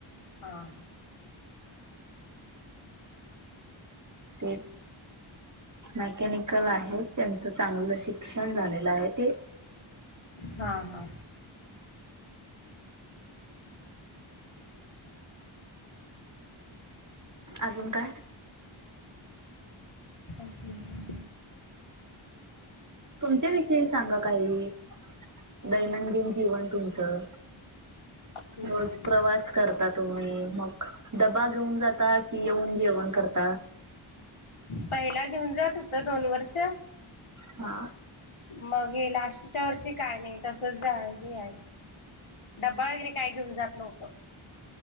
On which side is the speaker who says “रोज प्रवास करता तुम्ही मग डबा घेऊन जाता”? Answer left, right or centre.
Right